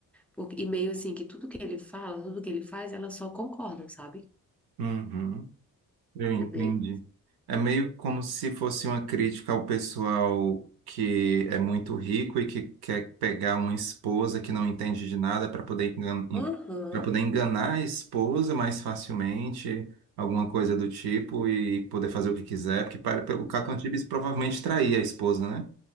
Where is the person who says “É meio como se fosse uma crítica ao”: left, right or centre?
Right